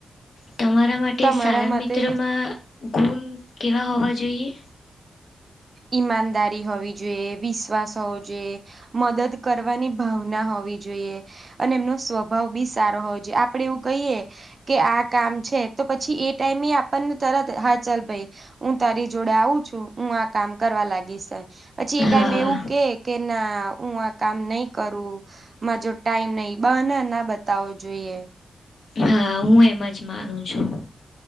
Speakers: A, on the left (about 55°); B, on the right (about 30°).
A: તમારા માટે
B: તમારા
A: સારા
B: મતે
A: મિત્રમાં ગુણ કેવા હોવા જોઈએ.
B: ઈમાનદારી હોવી જોઈએ વિશ્વાસ હોવો જોઈએ. મદદ કરવાની ભાવના હોવી જોઈએ અને એમનો સ્વ ભાવ બી સારો હોય છે આપડે એવું કહીએ કે આ કામ છે. તો પછી એ ટાઈમે આપણને તરત હા ચાલ ભાઈ હું તારી જોડે આવું છું હું કામ કરવા લાગી છે પછી એ ટાઈમે
A: હા
B: એવું કે કે ના હું કામ નહી કરું માં જો ટાઈમ નહી બને ના બતાવો જોઈએ.
A: હા હું એમ જ માનું છું.